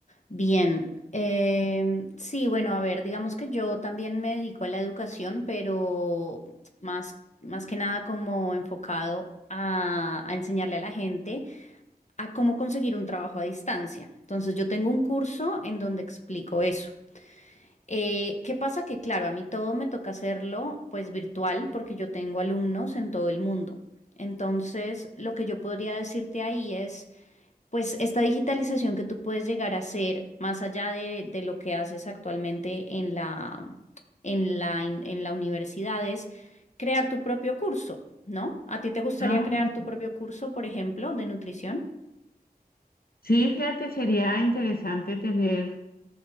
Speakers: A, on the left (about 45°); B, on the left (about 65°).
A: Bien, em, sí, bueno, a ver, digamos que yo también me dedico a la educación, pero más, más que nada como enfocado a, a enseñarle a la gente a cómo conseguir un trabajo a distancia. Entonces, yo tengo un curso en donde explico eso. Eh, ¿qué pasa? Que claro, a mí todo me toca hacerlo pues virtual porque yo tengo alumnos en todo el mundo. Entonces, lo que yo podría decirte ahí es... Pues esta digitalización que tú puedes llegar a hacer, más allá de, de lo que haces actualmente en la, en la, in- en la universidad, es crear tu propio curso, ¿no? ¿A ti te gustaría
B: Ah,
A: crear
B: mira.
A: tu propio curso, por ejemplo, de nutrición?
B: sí, fíjate, sería interesante tener